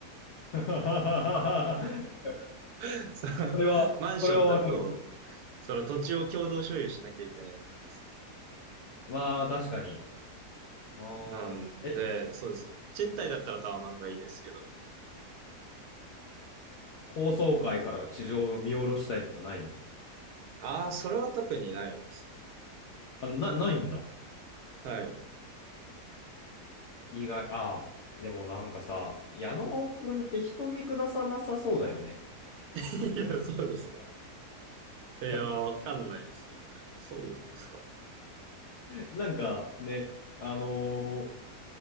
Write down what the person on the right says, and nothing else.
<laughs> その
マンションだと、
その土地を共同所有しなきゃいけないじゃないですか。
なんで、
そうですね。賃貸だったらタワマンがいいですけど。
ああ、それは特にないですね。
はい。
<laughs> いや、そうですか。いや、
わかんないですけどね。そうですかね。